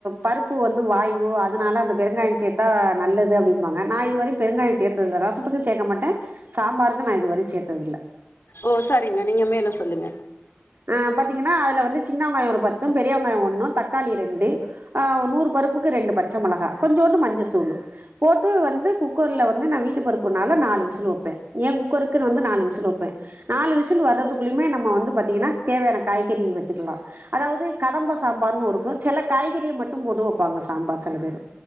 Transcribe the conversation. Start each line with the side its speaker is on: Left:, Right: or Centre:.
Right: பருப்பு வந்து வாய்வு அதனால அந்த பெருங்காய சேத் தா நல்லது அப்டிம்பாங்க நா இதுவரயு பெருங்காய சேத்ததில்ல ரசத்துக்கு சேக்க மாட்ட சாம்பாருக்கு நா இது வரயு சேத்ததில்ல
Left: ஓ சரிங்க நீங்க மேல சொல்லுங்க
Right: ஆ பாத்தீங்கன்னா அதுல வந்து சின்ன வெங்காயோ ஒரு பத்தும் பெரிய வெங்காயோ ஒண்ணு தக்காளி ரெண்டு ஆ ஒ நூறு பருப்புக்கு ரெண்டு பச்ச மொளகா கொஞ்சோண்டு மஞ்சத்தூளு போட்டு வந்து குக்கர்ல வந்து நா வீட்டு பருப்புனால நாலு விசில் வப்பெ ஏ குக்கருக்குன் வந்து நாலு விசில் வப்பெ நாலு விசில் வர்றதுக்குள்ளயுமே நம்ம வந்து பாத்தீங்கன்னா தேவயான காய்கறி வச்சிக்குலா அதாவது கதம்ப சாம்பார்னு ஒருக்கு சில காய்கறிய மட்டு போட்டு வப்பாங்க சாம்பார் செல பேரு